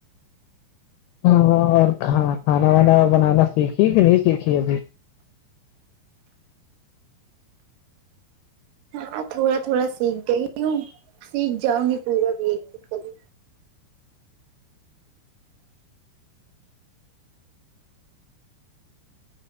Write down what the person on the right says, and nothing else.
ہاں تھوڑا تھوڑا سیکھ گئی ہوں سیکھ جاؤں نی پورا بھی دن کبھی